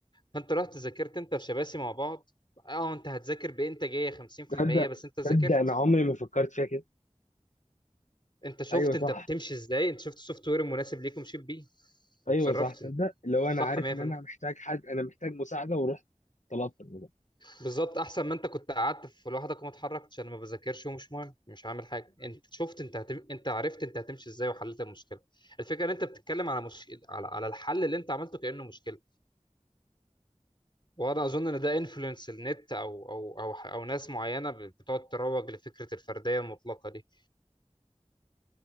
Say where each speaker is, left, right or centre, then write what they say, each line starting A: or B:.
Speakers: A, on the left (about 40°); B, on the left (about 85°).
A: فانت رحت ذاكرت انت وشباسي مع بعض اه انت هتذاكر بانتاجية 50%
B: تصدق
A: بس انت ذاكرت
B: تصدق انا عمري ما فكرت فيها كده
A: انت شفت
B: ايوه
A: انت
B: صح
A: بتمشي ازاي انت شفت السوفت وير المناسب ليك ومشيت بيه وتصرفت
B: ايوه صح تصدق
A: انت
B: لو انا
A: صح
B: عارف
A: 100%
B: ان انا محتاج حد انا محتاج مساعده ورحت طلبت الموضوع
A: بالظبط احسن ما انت كنت قعدت في لوحدك وما اتحركتش انا ما بذاكرش ومش مهم مش عامل حاجه انت شفت انت هتم... انت عرفت انت هتمشي ازاي وحليت المشكله الفكره ان انت بتتكلم على مش... على على الحل اللي انت عملته كانه مشكله وانا اظن ان ده انفلونس النت او او او او ناس معينه ب- بتقعد تروج لفكره الفرديه المطلقه دي